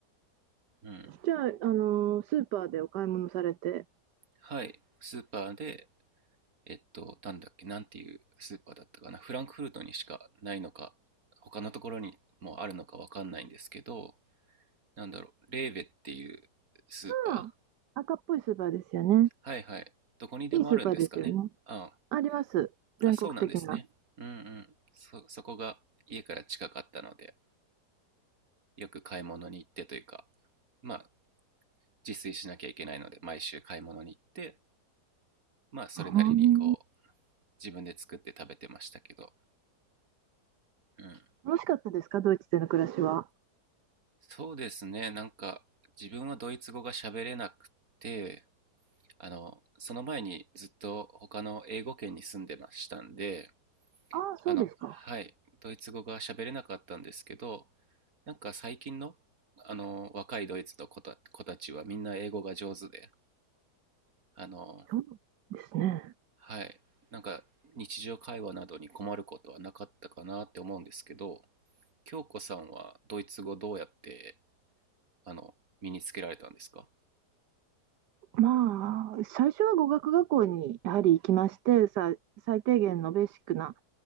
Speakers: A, on the right; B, on the right.
A: うん。
B: じゃあ、あの、スーパーでお買い物されて、
A: はい。スーパーでえっと、なんだっけ、なんていうスーパーだったかな、フランクフルトにしかないのか、他のところにもあるのかわかんないんですけど、なんだろう、レーベっていうスーパ
B: ああ赤っぽいスーパーですよね。
A: ーはいはい。どこにでもあるんですかね。
B: いいスーパーですよね。
A: あ
B: あります。全国的な。
A: あ、そうなんですね。うんうん。そ、そこが家から近かったので、よく買い物に行ってというか、まあ、自炊しなきゃいけないので、毎週買い物に行って、まあ、それなりにこう、
B: うん
A: 自分で作って食べてましたけど、うん。
B: 楽しかったですかドイツでの暮らしは。
A: そうですね、なんか自分はドイツ語が喋れなくて、あの、その前にずっと他の英語圏に住んでましたんで、
B: ああ、そうですか。
A: あの、はい、ドイツ語が喋れなかったんですけど、なんか最近の、あの、若いドイツの子た、子たちはみんな英語が上手で、あの、
B: そうですね。
A: はい、なんか日常会話などに困ることはなかったかなって思うんですけど、京子さんはドイツ語どうやって、あの、身につけられたんですか
B: まあ、最初は語学学校にやはり行きまして、さ、最低限のベーシックな